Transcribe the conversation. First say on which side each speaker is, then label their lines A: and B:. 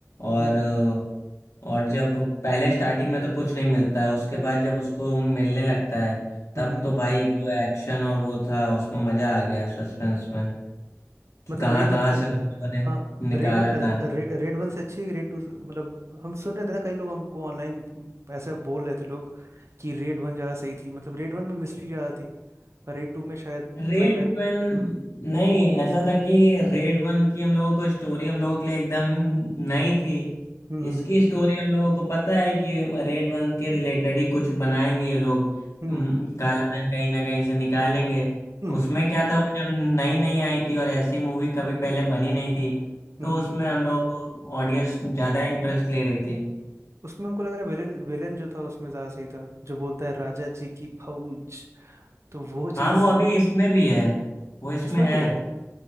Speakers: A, on the left; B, on the right.
A: और
B: हम्म
A: अ, और जब पहले स्टार्टिंग में तो कुछ नहीं मिलता है उसके बाद जब उसको मिलने लगता है तब
B: हम्म हम्म।
A: तो भाई जो एक्शन और वो था उसमें मजा आ गया सस्पेंस में कि
B: मतलब
A: कहाँ
B: रेड
A: कहाँ
B: वन अ,
A: से उन लोगों ने
B: हाँ
A: निकाला
B: रेड वन र-
A: था
B: रे, रेड वन से अच्छी है कि रेड टू मतलब हम सुन रहे थे ना कई लोग हमको ऑनलाइन ऐसे बोल रहे थे लोग कि रेड वन ज़्यादा सही थी मतलब रेड वन में मिस्ट्री ज़्यादा थी और रेड टू में शायद
A: Red
B: क्लाइमैक्स
A: one
B: हम्म
A: नहीं ऐसा था कि रेड वन की हम लोगों को स्टोरी हम लोगों के लिए एकदम नई थी
B: हम्म
A: इसकी
B: हम्म
A: स्टोरी हम लोगों को पता है कि रेड वन के रिलेटेड ही कुछ बनाएंगे ये लोग
B: हम्म
A: हम्म,
B: हम्म
A: काला धन कहीं ना कहीं से निकालेंगे
B: हम्म
A: उसमें
B: हम्म, हम्म, हम्म।
A: क्या था वो जब नई नई आई थी और ऐसी मूवी कभी पहले बनी नहीं थी
B: हम्म,
A: तो
B: हम्म,
A: उसमें
B: हम्म, हम्म, हम्म।
A: हम लोगों को ऑडियंस ज़्यादा इंटरेस्ट ले रही थी
B: उसमें हमको लग रहा है विलेन विलेन जो था उसमें ज़्यादा सही था जो बोलता है राजा जी की फौज तो वो
A: हाँ
B: चीज
A: वो अभी इसमें भी है वो इसमें
B: इसमें
A: है
B: भी है